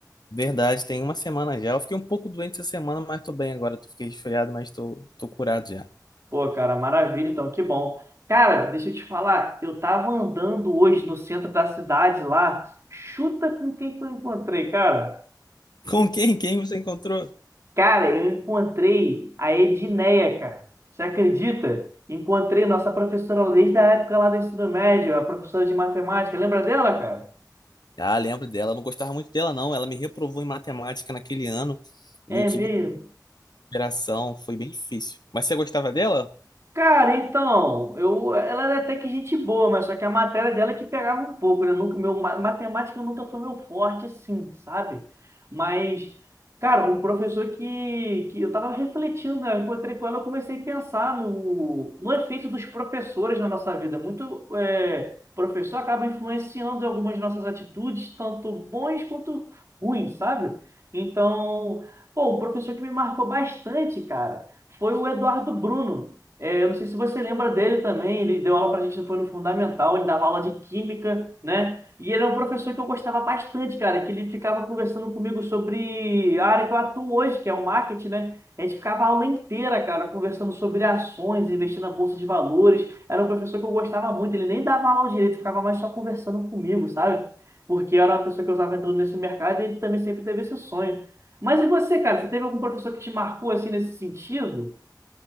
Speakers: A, on the left; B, on the right.
A: Verdade, tem uma semana já. Eu fiquei um pouco doente essa semana, mas tô bem agora. Tô fiquei resfriado, mas tô, tô curado já.
B: Pô, cara, maravilha, então, que bom. Cara, deixa eu te falar. Eu tava andando hoje no centro da cidade lá. Chuta com quem que eu encontrei, cara.
A: <laughs>
B: De
A: Com quem? Quem você encontrou?
B: cara, eu encontrei a Edneia, cara. Você acredita? Encontrei nossa professora desde a época lá do ensino médio, a professora de matemática. Lembra dela, cara?
A: Ah, lembro dela. Eu não gostava muito dela, não. Ela me reprovou em matemática naquele ano
B: É
A: e eu tive
B: mesmo.
A: recuperação. Foi bem difícil. Mas você gostava dela?
B: Cara, então, eu, ela era até que gente boa, mas só que a matéria dela é que pegava um pouco, né? Nunca, meu, ma- matemática nunca foi meu forte, assim, sabe? Mas, cara, um professor que, que eu tava refletindo, né? Eu encontrei com ela, eu comecei a pensar no, no efeito dos professores na nossa vida. Muito é, professor acaba influenciando em algumas nossas atitudes, tanto bons quanto ruins, sabe? Então, pô, um professor que me marcou bastante, cara, foi o Eduardo Bruno. É, eu não sei se você lembra dele também, ele deu aula pra gente, foi no Fundamental, ele dava aula de Química, né? E ele é um professor que eu gostava bastante, cara, que ele ficava conversando comigo sobre a área que eu atuo hoje, que é o marketing, né? A gente ficava a aula inteira, cara, conversando sobre ações, investir na bolsa de valores. Era um professor que eu gostava muito, ele nem dava aula direito, ficava mais só conversando comigo, sabe? Porque eu era uma pessoa que eu estava entrando nesse mercado e ele também sempre teve esse sonho. Mas e você, cara, você teve algum professor que te marcou assim nesse sentido?